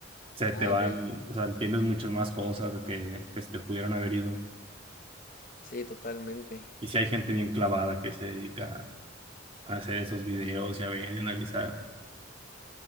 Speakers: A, on the right; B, on the left.
A: Se te
B: Ah,
A: van,
B: ok.
A: o sea, entiendes muchas más cosas de que pues, te pudieron haber ido.
B: Sí, totalmente.
A: Y si hay gente bien clavada que se dedica a hacer esos videos y a ver y analizar.